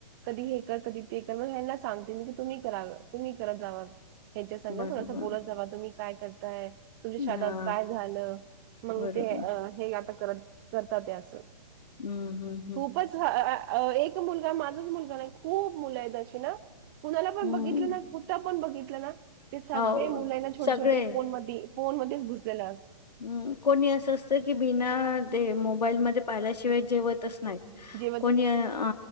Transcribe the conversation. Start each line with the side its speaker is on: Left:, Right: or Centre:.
Right: कधी हे कर, कधी ते कर. मग ह्यांना सांगते मी की तुम्ही करा, तुम्ही करत जावा. ह्याच्या संग
Left: बरोबर
Right: थोडसं बोलत जावा, तुम्ही काय करताय? तुमच्या शादेत
Left: हा
Right: आज काय झालं, मंग
Left: बरोबर
Right: ते हे आता करत करतात ते आसं
Left: हम्म हम्म
Right: खूपच <unintelligible> एक तो मुलगा माझच मुलगा नाही, खूप मुलं हेत तशी ना. कुणाला पण
Left: हम्म हम्म
Right: बघितलं ना कुटं पण बघितलं असतात ना ते सगळे
Left: हो
Right: मुल यना छोटे
Left: सगळे
Right: छोटे फोन मदी फोन मध्येच घुसलेला अस
Left: हम्म कोणी असं असतं की बिना ते मोबाईलमध्ये पाहिल्याशिवाय जेवतच नाहीत.
Right: जेव्हा
Left: कोणी अ आ